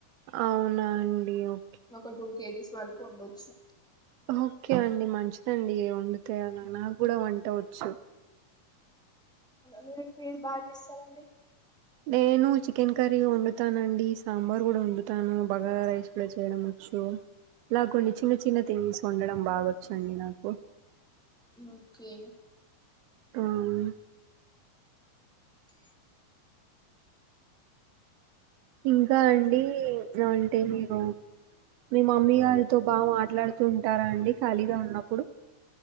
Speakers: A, on the right; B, in the centre.
A: అవునా అండి ఒ
B: ఒక టూ కేజీస్ వరకు ఉండొచ్చు
A: ఓకే అండి మంచిదండి వండితే అలా నా గూడా వంటవచ్చు
B: మీరు ఎక్కువ ఏది బాగ చేస్తారండి
A: నేను చికెన్ కర్రీ వండుతానండి సాంబార్ గూడా వండుతాను బగారా రైస్ గూడా చేయడం వచ్చు ఇలా కొన్ని చిన్న చిన్న థింగ్స్ వొండడం బాగొచ్చండి నాకు
B: ఓకే
A: కాని ఇంకా అండి అంటే మీరు మీ మమ్మీ గారితో బాగా మాట్లాడుతూ ఉంటారా అండి ఖాళీగా ఉన్నప్పుడు